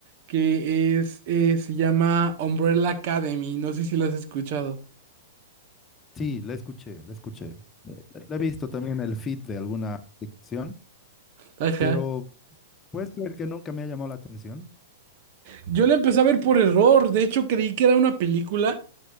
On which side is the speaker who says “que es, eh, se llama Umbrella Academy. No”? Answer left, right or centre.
Right